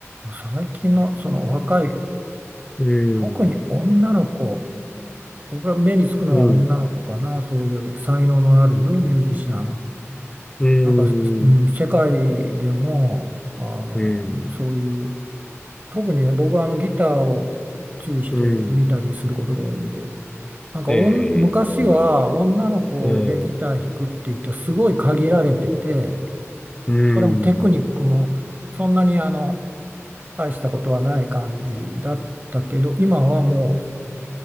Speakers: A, on the right (about 35°); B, on the left (about 15°).
A: 最近のその若い
B: うん、
A: 特に女の子、僕が目につくのは女の子かな、
B: うん、
A: そういう才能のあるミュージシャン。
B: うん、
A: なんか、うん、世界でも、あの、
B: うん、
A: そういう、特にね、僕はあのギターを注意して見たりすることが多いんで、
B: うん
A: なんかおん昔は女の子でギター弾くって言ったらすごい限られてて、
B: ええ、なるほど。うん、うん、
A: それもテクニックもそんなにあの、大したことはない感じだったけど、今はもう